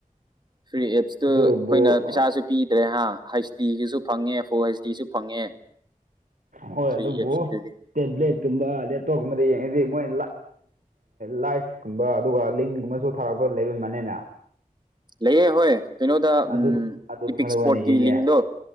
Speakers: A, on the right; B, on the right.
A: ꯐ꯭ꯔꯤ ꯑꯦꯞꯁꯇꯨ
B: ꯑꯗꯨꯕꯨ
A: ꯑꯩꯥꯈꯣꯏꯅ ꯄꯩꯁꯥꯁꯨ ꯄꯤ꯫ ꯗ꯭ꯔꯦ ꯍꯥꯥ ꯍꯩꯁ ꯗꯤꯒꯤꯁꯨ ꯐꯪꯉꯦ ꯕꯣꯏꯁꯀꯤꯁꯨ ꯍꯩꯁ ꯗꯤꯁꯨ ꯐꯪꯉꯦ꯫
B: ꯍꯣꯏ
A: ꯐ꯭ꯔꯤ
B: ꯑꯗꯨꯕꯨ
A: ꯑꯦꯞꯁꯀꯤꯗꯨꯗꯤ
B: ꯇꯦꯕ꯭ꯂꯦꯠꯀꯨꯝꯕ ꯂꯦꯞꯇꯣꯞꯀꯨꯝꯕꯗ ꯌꯦꯡꯉꯗꯤ ꯃꯣꯏ ꯂꯥꯏꯐꯀꯨꯝꯕ ꯑꯗꯨꯒ ꯂꯤꯡꯒꯨꯝꯕꯁꯨ ꯊꯥꯔꯛꯄꯗ ꯂꯩꯕꯕꯅꯤꯅ꯫
A: ꯂꯩꯌꯦ ꯍꯣꯏ ꯀꯩꯅꯣꯗ
B: ꯑꯗꯨ
A: ꯎꯃ
B: ꯑꯗꯨꯒꯨꯝꯕꯗ
A: ꯏꯄꯤꯛ ꯏꯁꯄꯣꯔꯠꯀꯤ
B: ꯑꯣꯏꯅ ꯌꯦꯡꯉꯦ
A: ꯂꯤꯡꯗꯣ꯫